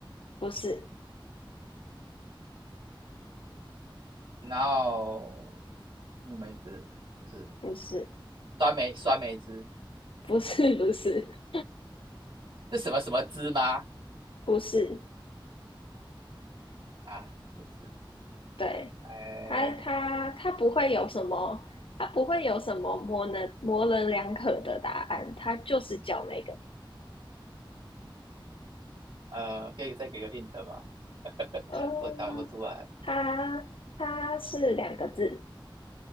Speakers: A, on the left (about 85°); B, on the right (about 75°).
A: 不是
B: 然后乌梅汁不是
A: 不是
B: 酸梅酸梅汁，
A: 不是 <laughs> 不是
B: 是什么什么汁吗？
A: 不是，
B: 啊，不是，
A: 对，
B: 哎，
A: 它它它不会有什么，它不会有什么模棱模棱两可的答案，它就是叫那个名
B: 呃，可以再给个 hint 吧，<laughs>
A: 嗯、
B: 我答不出来。
A: 它它是两个字，